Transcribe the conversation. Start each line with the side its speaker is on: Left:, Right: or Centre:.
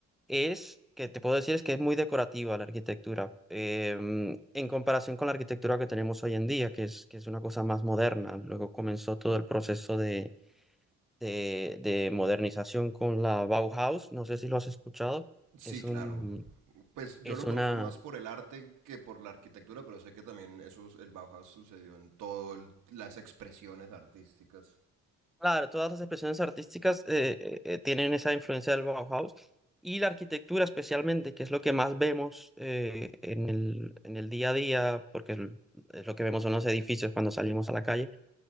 Centre: es que te puedo decir es que es muy decorativa la arquitectura, em, en comparación con la arquitectura que tenemos hoy en día, que es, que es una cosa más moderna. Luego comenzó todo el proceso de, de, de modernización con la Bauhaus. No sé si lo has escuchado.
Right: Sí,
Centre: Es
Right: claro.
Centre: un,
Right: Pues
Centre: es
Right: yo lo
Centre: una
Right: conozco más por el arte que por la arquitectura, pero sé que también eso, el Bauhaus sucedió en todas las expresiones artísticas.
Centre: Claro, todas las expresiones artísticas eh, eh, eh, tienen esa influencia del Bauhaus y la arquitectura especialmente, que es lo que más vemos eh, en el, en el día a día, porque el- es lo que vemos son los edificios cuando salimos a la calle,